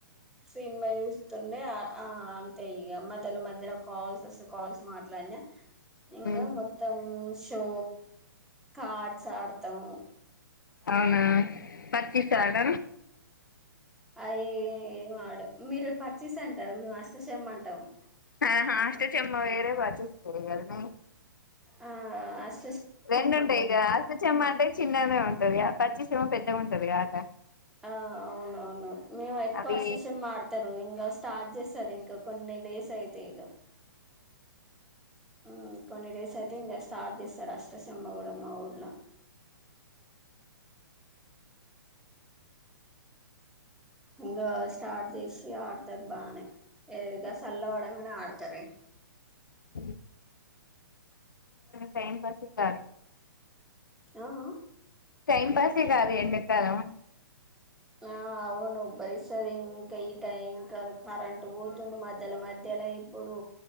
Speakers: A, in the centre; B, on the left.
A: సినిమా చూస్తుండే ఆ అంతే ఇక మధ్యలో మధ్యలో కాల్స్ వస్తే కాల్స్ మాట్లాడినా ఇంగా
B: ఉమ్.
A: మొత్తం షో కాట్స్ ఆడతం
B: అవునా పచ్చిస్ ఆడడం
A: అవి ఏం ఆడ మీరు పర్చేస్ అంటారు మేము అష్టచమ్మ అంటాం
B: ఆహ అష్ట చెమ్మ వేరే పచ్చిస్ వేరే కదా
A: ఆ అష్
B: రెండుంటాయి కదా అస్ట చెమ్మ అంటే చిన్నగనే ఉంటది గదా పచ్చిస ఏమో పెద్దగా ఉంటది కదా ఆట
A: ఆ అవునవును మేము ఎక్కువ
B: అవి
A: అస్సచెమ్మ ఆడతారు ఇంగా స్టార్ట్ చేస్ సరే ఇంకా కొన్ని డేస్ అయితే ఇగ ఉం కొన్ని డేస్ అయితే ఇంకా స్టార్ట్ చేస్తారు అష్టచెమ్మ కూడా మా ఊర్ల ఇంగా స్టార్ చేస్ ఇగ ఆడుతర్ బానే ఏదిగా సల్ల పడంగనే ఆడతరే
B: అ టైం పడస కాన్
A: ఆ ఆ
B: టైం పాసే కాదు అండ కాలం
A: ఆ అవును ఉబ్బరిస్తది ఇంకా ఈ టైం ఇంకా కరెంటు పోతుంది మధ్యల మధ్యల ఇప్పుడు